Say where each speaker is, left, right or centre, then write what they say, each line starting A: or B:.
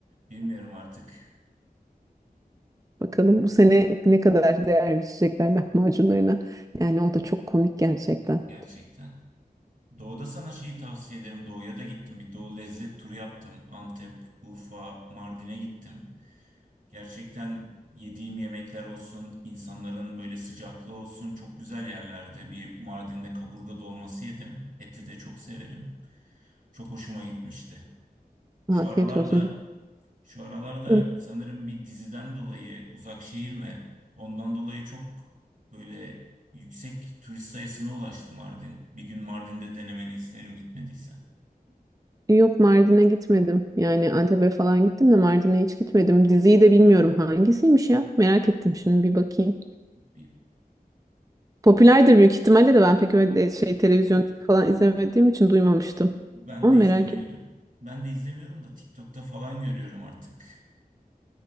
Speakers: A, on the right; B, on the right.
A: Bilmiyorum artık
B: Bakalım bu sene ne kadar değer biçecekler lahmacunlarına. Yani o da çok komik gerçekten.
A: gerçekten. Doğu'da sana şeyi tavsiye ederim. Doğu'ya da gittim. Bir Doğu lezzet turu yaptım. Antep, Urfa, Mardin'e gittim. Gerçekten yediğim yemekler olsun, insanların böyle sıcaklığı olsun çok güzel yerlerde. Bir Mardin'de kaburga dolması yedim. Eti de çok severim. Çok hoşuma gitmişti. Şu
B: Afiyet
A: aralarda
B: olsun.
A: Şu aralarda
B: <laughs>
A: sanırım bir diziden dolayı uzak şehir mi? Ondan dolayı çok böyle yüksek turist sayısına ulaştı Mardin. Bir gün Mardin'de denemeni isterim gitmediysen.
B: Yok Mardin'e gitmedim. Yani Antep'e falan gittim de Mardin'e hiç gitmedim. Diziyi de bilmiyorum hangisiymiş ya. Merak ettim şimdi bir bakayım.
A: Bir,
B: Popülerdir büyük ihtimalle de ben pek öyle şey televizyon falan izlemediğim için duymamıştım.
A: ben
B: Ama
A: de
B: merak
A: izlemiyordum.
B: ettim.
A: Ben de izlemiyorum da TikTok'ta falan görüyorum artık.